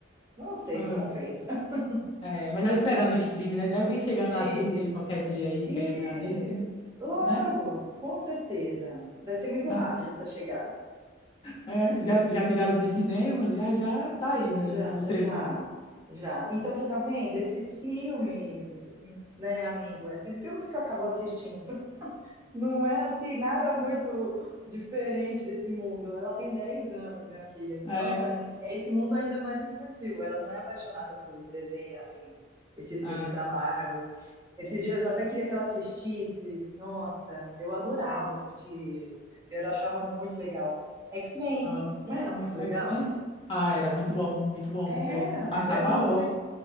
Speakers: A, on the right (about 15°); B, on the left (about 25°).
A: não sei
B: ah,
A: se compensa. <laughs>
B: É, melhor esperar no stream, né? Deve chegar
A: Isso.
B: na Disney qualquer dia aí,
A: E
B: que é da Disney,
A: logo,
B: né?
A: com certeza. Vai ser muito
B: É,
A: rápido essa chegada.
B: É, já, já tiraram dos cinemas, já já tá aí, né,
A: Já,
B: no serviço.
A: já, já. Então você tá vendo esses filmes, né, amigo? Esses filmes que eu acabo assistindo. Não é assim nada muito diferente desse mundo. Ela tem 10 anos, minha filha. Então,
B: É, é,
A: é esse é esse mundo ainda mais infantil. Ela não é apaixonada por desenho, assim, esses
B: ah,
A: filmes da Marvel. Esses dias eu até queria que ela assistisse. Nossa, eu adorava assistir. Eu achava muito legal. X-Men,
B: ah,
A: não era muito
B: o
A: legal?
B: X-Men, ah, era muito bom, muito bom.
A: Era,
B: Eu
A: meu,
B: passava,
A: era um dos
B: ho-
A: prim-